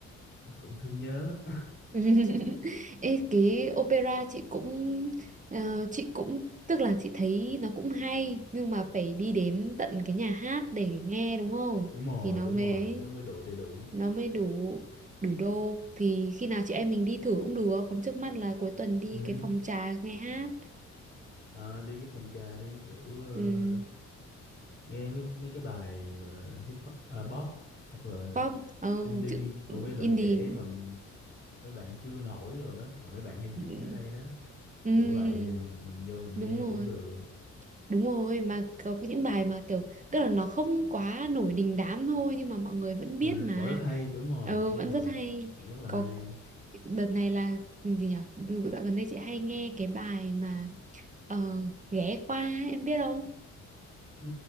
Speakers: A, on the left (about 40°); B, on the right (about 25°).
A: nó cũng thương nhớ
B: <laughs> Ê, cái opera chị cũng ờ, chị cũng tức là chị thấy nó cũng hay nhưng mà phải đi đến tận cái nhà hát để nghe đúng không
A: <laughs> đúng rồi
B: thì nó
A: đúng
B: mới
A: rồi
B: ấy,
A: nó mới đội đầy đủ
B: nó mới đủ đủ đô thì khi nào chị em mình đi thử cũng được còn trước mắt là cuối tuần đi
A: ừ.
B: cái phòng trà nghe hát
A: à, đi cái phòng trà đi kiểu ờ,
B: um,
A: nghe mấy mấy cái bài gọi là hip hop à, pop hoặc là
B: pop ờ
A: indie
B: chữ
A: của mấy bạn
B: indie
A: trẻ mà m- mấy bạn chưa nổi rồi đó là mấy bạn hay
B: ừ,
A: diễn ở đây đó
B: ừ,
A: kiểu vậy thì mình mình vô mình
B: đúng
A: nghe
B: rồi
A: cũng được
B: Đúng rồi, mà có cái những bài mà kiểu tức là nó không quá nổi đình đám thôi nhưng mà mọi người vẫn biết
A: mình
B: mà.
A: vẫn rất hay đúng rồi
B: Ừ,
A: đúng
B: vẫn
A: rồi
B: rất hay.
A: vẫn rất là
B: Có
A: hay
B: đợt này là ừ, gì nhở Dạo gần đây chị hay nghe cái bài mà ờ, ghé qua ấy, em biết không?
A: ừ,